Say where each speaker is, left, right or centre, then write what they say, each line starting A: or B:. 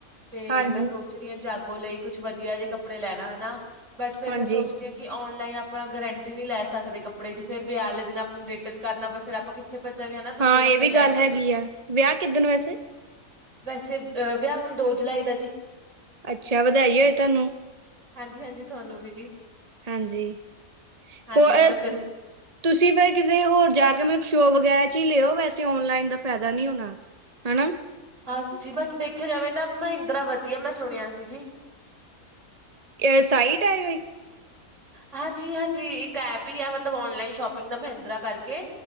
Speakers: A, on the right; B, on the right.
A: ਤੇ
B: ਹਾਂਜੀ
A: ਮੈਂ ਸੋਚ ਰੀਆ ਜਾਗ। ਕੁ ਲਈ ਕੁੱਛ ਵਧੀਆ ਜੇ ਕੱਪੜੇ ਲੈਣਾ ਹੈ ਨਾ, ਬਟ ਫਿਰ
B: ਹਾਂਜੀ।
A: ਮੈਂ ਸੋਚਦੀ ਹਾਂ ਕਿ ਔਨਲਾਈਨ। ਪਾ ਗਰੰਟੀ ਨੀ ਲੈ ਸਕਦੇ ਕੱਪੜੇ ਦੀ ਫਿਰ ਵੀ ਆਲੇ ਦਿਨ ਆਪਨੇ ਬਿਟਨ ਕਰਨਾ ਪਵੇ ਫਿਰ ਆਪਾਂ ਫਿਰ ਜਗਹਾ, ਦੂਜੇ
B: ਹਾਂ
A: ਕੱਪੜੇ
B: ਇਹ ਵੀ
A: ਲੈਣ
B: ਗੱਲ ਹੈਗੀ
A: ਨੂੰ।
B: ਆ ਵਿਆਹ ਕਿੱਦਣ ਵੈਸੇ
A: ਵੈਸੇ, ਅਹ ਵਿਆਹ ਹੁਣ ਦੋ ਜੁਲਾਈ ਦਾ ਜੀ।
B: ਅੱਛਾ ਵਧਾਈ ਹੋਏ ਤੁਹਾਨੂੰ
A: ਹਾਂਜੀ ਹਾਂਜੀ ਤੁਹਾਨੂੰ ਵੀ ਜੀ
B: ਹਾਂਜੀ
A: ਹਾਂਜੀ
B: ਕੋ ਐ
A: ਤਾਂ ਫਿਰ
B: ਤੁਸੀਂ ਫਿਰ ਕਿਸੇ ਹੋਰ ਜਾ ਕੇ, ਮਲਬ ਸ਼ੋ ਵਗੈ? ਚੀ ਲੇਔ, ਵੈਸੇ ਔਨਲਾਈਨ ਦਾ ਫੈਦਾ ਨੀ ਹੋਣਾ, ਹਣਾ।
A: ਹਾਂਜੀ, ਬਟ ਦੇਖਿਆ ਜਾਵੇ ਤਾਂ ਮਹਿੰਦਰਾ ਵਧੀਆ, ਮੈਂ ਸੁਣਿਆ ਸੀ ਜੀ।
B: ਕੇ ਸਾਈਟ ਆਇ ਹੋਏ <inaudible>
A: ਹਾਂਜੀ ਹਾਂਜੀ, ਇੱਕ ਐਪ ਹੀ ਆ, ਮਤਲਬ ਔਨਲਾਈਨ ਸ਼ੋਪਿੰਗ ਦਾ, ਮਹਿੰਦਰਾ ਕਰਕੇ